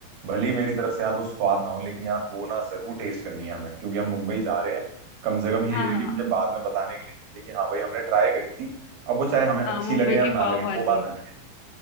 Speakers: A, on the right (about 70°); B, on the left (about 85°).
A: भले ही मेरी तरफ से यार वो स्वाद ना हो लेकिन यार वो ना जरूर टेस्ट करनी है हमें क्योंकि हम मुंबई जा रहे हैं कम से कम
B: हाँ
A: ये है
B: हाँ
A: कि मुझे बाद में बताने के लिए चाहिए कि हाँ भाई हमने ट्राई करी थी अब वो चाहे हमें अच्छी
B: हाँ मुंबई
A: लगे या
B: की
A: ना
B: पाव
A: लगे
B: भाजी
A: वो बात अलग है